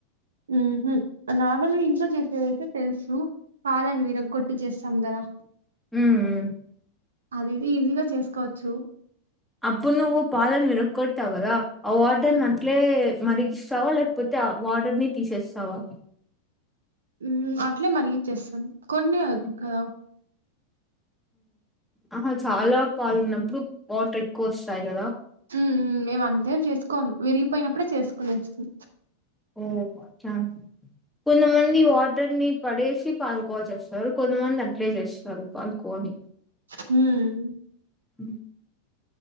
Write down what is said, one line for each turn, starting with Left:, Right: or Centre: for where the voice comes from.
Right: ఊహు నార్మల్గా ఇంట్లో చేసేదైతే తెలుసు పాలను విరగ్గొట్టి చేస్తాం కదా
Centre: ఉ ఉ
Right: అది అయితే ఈజీగా చేసుకోవచ్చు
Centre: ఇప్పుడు నువ్వు పాలను విరకొడతావు కదా ఆ వాటర్
Right: ఉమ్
Centre: నట్లే మరిగిస్తావా లేకపోతే ఆ వాటర్ ని తీసేస్తావా
Right: ఊ అట్లే మరిగిచ్చేస్తాను కొన్నె అక్
Centre: హ్మ్.
Right: కదా
Centre: ఆహా చాలా పాలు ఉన్నప్పుడు వాటర్ ఎక్కువ వస్తాయి కదా
Right: ఉ ఉ మేము అంతేం చేసుకుం కోమ్ విరిగిపోయినప్పుడే చేసుకొని ఏస్తం
Centre: ఓహో అచ్చ కొంతమంది వాడర్ని పడేసి పాల్ కోవ చేస్తారు కొంతమంది అట్లే చేస్తారు పాల్ కోవ ని
Right: హ్మ్
Centre: హ